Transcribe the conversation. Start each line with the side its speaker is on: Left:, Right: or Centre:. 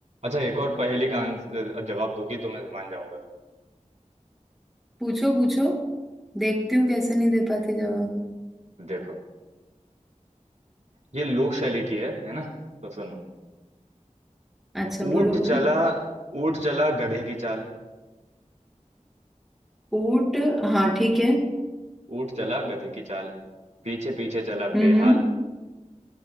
Right: अच्छा एक और पहेली का आंसर जवाब दोगी तो मैं मान जाऊंगा
Centre: पूछो पूछो देखती हूँ कैसे नहीं दे पाती जवाब
Right: देखो ये लोक शैली की है है ना तो सुनो
Centre: अच्छा
Right: ऊंट
Centre: बोलो
Right: चला
Centre: बोलो
Right: ऊंट चला गधे की चाल
Centre: ऊंट हाँ ठीक है
Right: ऊंट चला गधे की चाल पीछे पीछे चला
Centre: हम्म
Right: बेहाल
Centre: हम्म